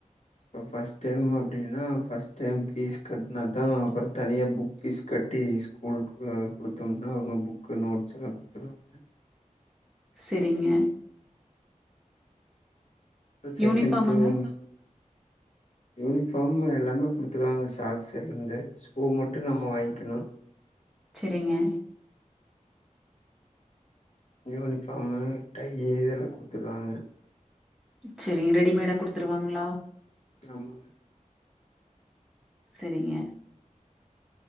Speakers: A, on the left; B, in the centre.
A: இப்ப ஃபர்ஸ்ட் டேம் அப்டின்னா ஃபர்ஸ்ட் டேம் ஃபீஸ் கட்டுனா தா அப்றோ தனிய புக் ஃபீஸ் கட்டி ஸ்கூலுக்குள்ள கொடுத்தோம்னா அவங்க புக்கு நோட்ஸ் எல்லா கொடுத்துருவாங்க
B: சேரிங்க
A: செகண்ட
B: யூனிஃபார்முங்க
A: டேம் யூனிஃபார்ம் எல்லாமே கொடுத்துருவாங்க சாக்ஸ்லிருந்து சூ மட்டு நம்ம வாங்கிக்கணு
B: சேரிங்க
A: யூனிஃபார்மு டையு இதெல்லா குடுத்துருவாங்க
B: சேரி ரெடிமேடா குடுத்துருவாங்களா
A: ஆமா
B: சேரிங்க